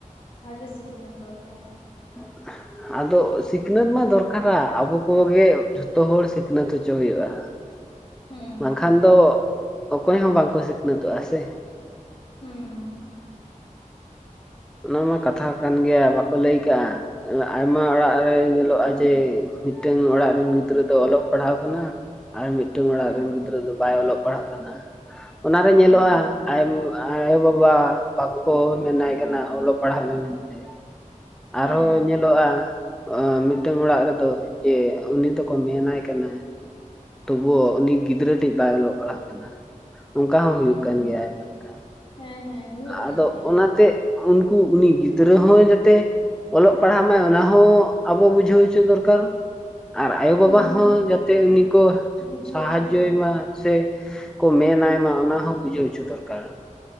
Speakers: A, on the left (about 40°); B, in the centre.
A: ᱠᱟᱮᱟ ᱵᱷᱜᱮ ᱥᱤᱠᱱᱟᱹᱛ ᱫᱚᱨᱠᱟᱨ
B: <unintelligible> ᱟᱫᱚ ᱥᱤᱠᱷᱱᱟᱹᱛ ᱢᱟ ᱫᱚᱨᱠᱟᱨᱟ ᱟᱵᱚ ᱠᱚᱜᱮ ᱡᱷᱚᱛᱚ ᱦᱚᱲ ᱥᱤᱠᱷᱱᱟᱹᱛ ᱦᱚᱪᱚ ᱦᱩᱭᱩᱜᱼᱟ᱾
A: ᱦᱩᱸ
B: ᱵᱟᱝᱠᱷᱟᱱ ᱫᱚ ᱚᱠᱚᱭ ᱦᱚᱸ ᱵᱟᱝᱠᱚ ᱥᱤᱠᱷᱱᱟᱹᱛᱚᱜᱼᱟ ᱥᱮ
A: ᱦᱩᱸ
B: ᱚᱱᱟᱢᱟ ᱠᱟᱛᱷᱟ ᱠᱟᱱ ᱜᱮᱭᱟ ᱵᱟᱠᱚ ᱞᱟᱹᱭ ᱠᱟᱜᱼᱟ᱾ ᱟᱭᱢᱟ ᱚᱲᱟᱜ ᱨᱮ ᱧᱮᱞᱚᱜᱼᱟ ᱡᱮ ᱢᱤᱫᱴᱟᱝ ᱚᱲᱟᱜ ᱨᱮᱱ ᱜᱤᱫᱽᱨᱟᱹ ᱫᱚ ᱚᱞᱚᱜ ᱯᱟᱲᱦᱟᱣ ᱠᱟᱱᱟ᱾ ᱟᱨ ᱢᱤᱫᱴᱟᱝ ᱚᱲᱟᱜ
A: ᱦᱮᱸ
B: ᱨᱮᱱ ᱜᱤᱫᱽᱨᱟᱹ ᱫᱚ ᱵᱟᱭ ᱚᱞᱚᱜ ᱯᱟᱲᱦᱟᱜ ᱠᱟᱱᱟ ᱚᱱᱟᱨᱮ ᱧᱮᱞᱚᱜᱼᱟ᱾
A: ᱦᱩᱸ
B: ᱟᱭᱢᱟ ᱟᱭᱳ -ᱵᱟᱵᱟ ᱵᱟᱠᱚ ᱢᱮᱱᱟᱭ ᱠᱟᱱᱟ ᱚᱞᱚᱜ ᱯᱟᱲᱦᱟᱜ ᱢᱮ ᱢᱮᱱᱛᱮ
A: ᱦᱮᱸ
B: ᱟᱨᱦᱚᱸ ᱧᱮᱞᱚᱜᱼᱟ᱾ ᱢᱤᱫᱴᱟᱝ ᱚᱲᱟᱜ ᱨᱮᱫᱚ ᱡᱮ ᱩᱱᱤ ᱫᱚᱠᱚ ᱢᱮᱱᱟ ᱟᱭ ᱠᱟᱱᱟ᱾ ᱛᱚᱵᱩ ᱩᱱᱤ ᱜᱤᱫᱽᱨᱟᱹ ᱴᱤᱜ ᱵᱟᱭ ᱚᱞᱚᱜ ᱯᱟᱲᱦᱟᱜ ᱠᱟᱱᱟ᱾ ᱚᱱᱠᱟ ᱦᱚᱸ ᱦᱩᱭᱩᱜ
A: ᱦᱩᱸ
B: ᱠᱟᱱ ᱜᱮᱭᱟ ᱟᱭᱢᱟ ᱞᱮᱠᱟ᱾
A: ᱦᱮᱸ ᱦᱮᱸ ᱦᱩᱭᱩᱜ ᱠᱟᱱ
B: ᱟᱫᱚ
A: ᱜᱮᱭᱟ
B: ᱚᱱᱟᱛᱮ ᱩᱱᱠᱩ ᱩᱱᱤ ᱜᱤᱫᱽᱨᱟᱹ ᱦᱚᱸ ᱡᱟᱛᱮ ᱚᱞᱚᱜ ᱯᱟᱲᱦᱟᱜ ᱢᱟᱭ ᱚᱱᱟᱦᱚᱸ ᱟᱵᱚ ᱵᱩᱡᱷᱟᱹᱣ ᱦᱚᱪᱚ ᱫᱚᱨᱠᱟᱨ ᱟᱨ ᱟᱭᱳ ᱵᱟᱵᱟ
A: ᱦᱩᱸ
B: ᱦᱚᱸ
A: ᱦᱩᱸ
B: ᱡᱟᱛᱮ ᱩᱱᱤ ᱠᱚ
A: ᱵᱩᱡᱷᱟᱹᱣ
B: ᱥᱟᱦᱟᱡᱚᱭ
A: ᱦᱚᱪᱚ ᱫᱚᱨᱠᱟᱨ
B: ᱢᱟ ᱥᱮ ᱠᱚ ᱢᱮᱱᱟ ᱟᱭ ᱢᱟ᱾ ᱚᱱᱟ ᱦᱚᱸ ᱵᱩᱡᱷᱟᱹᱣ ᱦᱚᱪᱚ ᱫᱚᱨᱠᱟᱨ